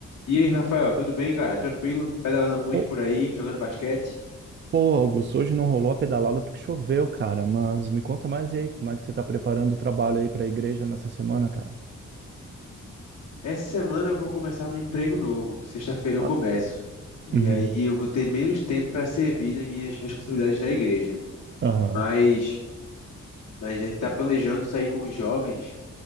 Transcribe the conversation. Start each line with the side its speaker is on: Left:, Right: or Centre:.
Left: E aí, Rafael, tudo bem, cara? Tranquilo? Pedalando muito
Right: Pô,
Left: por aí, jogando basquete.
Right: pô, Augusto, hoje não rolou a pedalada porque choveu, cara. Mas me conta mais aí, como é que você tá preparando o trabalho aí pra igreja nessa semana, cara?
Left: Essa semana eu vou começar no emprego novo. Sexta-feira
Right: Ah,
Left: eu começo. E
Right: uhum,
Left: aí eu vou ter menos tempo para servir das minhas responsabilidades na igreja.
Right: aham,
Left: Mas, mas a gente está planejando sair com os jovens